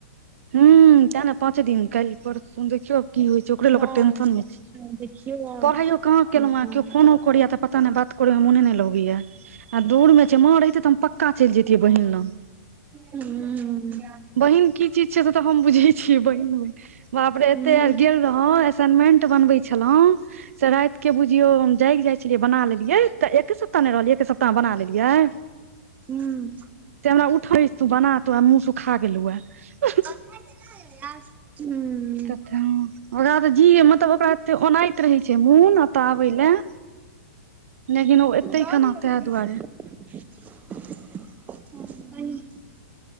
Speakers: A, on the right; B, on the right.
A: हूँ तऽ ने पाँच दिन कालल पर सुन देखियौ की होइ छय ओकरे ल
B: वाह
A: टेंशन मे छै
B: देखियौ आब
A: पढ़ाइयो कहाँ केलौ
B: की
A: है
B: ह
A: केओ फोनो करिया तऽ पता नय बात करे मे मोने नहि लगैया आ दूर मे छै माँ रहिते तऽ पक्का चलि जैतियै बहिन लग
B: हूँ
A: बहिन की चीज छय से तऽ हम बुझे छियै बहिन बाप रे
B: ह
A: एते आर गेल रह हं असाइनमेंट बनबे छलहुं से राइत के बुझियौ हम जागि जाइ छलियै बना लेलियै तऽ एके सप्ताह नहि रहलियै एके सप्ताह में बना लेलियै
B: हूँ
A: से हमरा उठै तू बना तू मुह सुखा गेलौ हैं
B: हूँ
A: तऽ ओकरा तऽ जी मतलब ओकरा ए ओना त रहै छै मोन एतऽ आबै लए लेकिन ओ एते
B: दऽ
A: केना
B: दिअ
A: तैं दुआरे
B: <unintelligible>